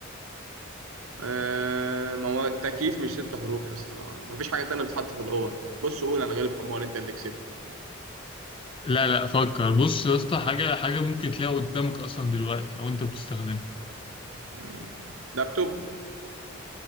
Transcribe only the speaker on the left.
لا لا فكر بص يا اسطى حاجة حاجة ممكن تلاقيها قدامك أصلا دلوقتي أو أنت بتستخدمها